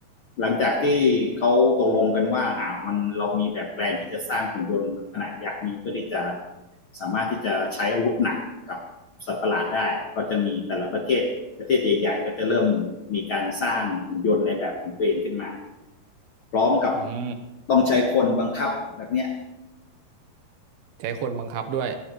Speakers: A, on the left; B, on the right.
A: หลังจากที่เขาตกลงกันว่าอ่ามันเรามีแบบแปลนที่จะสร้างหุ่นยนต์ขนาดยักษ์นี้เพื่อที่จะสามารถที่จะใช้อาวุธหนักกับสัตว์ประหลาดได้ก็จะมีแต่ละประเทศประเทศใหญ่ๆก็จะเริ่มมีการสร้างหุ่นยนต์ในแบบของตัวเองขึ้นมาพร้อมกับ
B: อืม
A: ต้องใช้คนบังคับแบบเนี้ย
B: ใช้คนบังคับด้วย